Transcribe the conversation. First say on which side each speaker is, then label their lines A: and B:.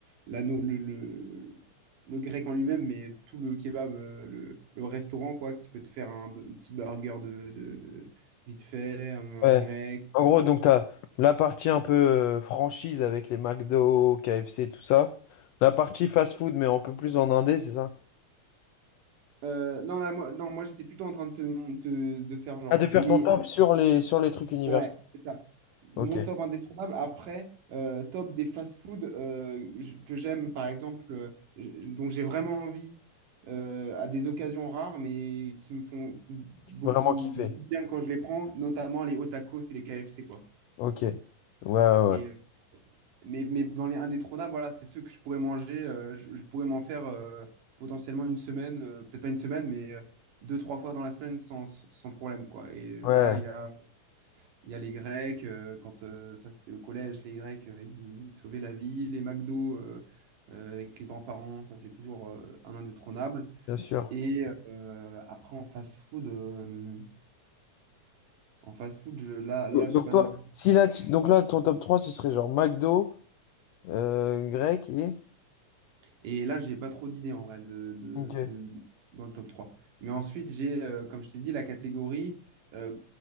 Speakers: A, on the right; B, on the left.
A: la no- le, le- le grec en lui-même, mais tout le kebab, euh, le, le restaurant, quoi, qui peut te faire un, petit burger de, de- de- vite fait, un,
B: Ouais.
A: un grec
B: En gros, donc t'as la partie un peu euh, franchise avec les McDo, KFC, tout ça. La partie fast-food, mais un peu plus en indé, c'est ça?
A: Euh, non, là, moi, non, moi j'étais plutôt en train de te, mon- te- de faire genre
B: Ah, de faire
A: les.
B: ton taf sur les, sur les trucs universels.
A: Ouais, c'est ça. Mon
B: Ok,
A: top indétrônable. Après, euh, top des fast-food euh, j- que j'aime, par exemple, euh, j- dont j'ai vraiment envie euh, à des occasions rares, mais qui me font beaucoup,
B: vraiment kiffé.
A: beaucoup de bien quand je les prends, notamment les hot tacos et les KFC, quoi.
B: Ok, ouais, ouais, ouais,
A: Et euh, Mais, mais dans les indétrônables, voilà, c'est ceux que je pourrais manger. euh, je, je pourrais m'en faire euh, potentiellement une semaine, euh, peut-être pas une semaine, mais euh, deux, trois fois dans la semaine sans, sans problème, quoi. Et
B: Ouais,
A: là, il y a, il y a les Grecs, euh, quand euh, ça c'était au collège, les Grecs, euh, ils, ils sauvaient la vie. Les McDo euh, euh, avec les grands-parents, ça c'est toujours euh, un indétrônable.
B: bien sûr.
A: Et euh, après, en fast-food, euh, en fast-food, je- là, là
B: Donc
A: j'ai pas
B: toi,
A: d'autres
B: si là, tu- donc là, ton top 3 ce serait genre McDo, euh, grec et...
A: Et là, j'ai pas trop d'idées en vrai de, de-
B: Ok.
A: de- dans le top 3. Mais ensuite, j'ai, euh, comme je t'ai dit, la catégorie. euh,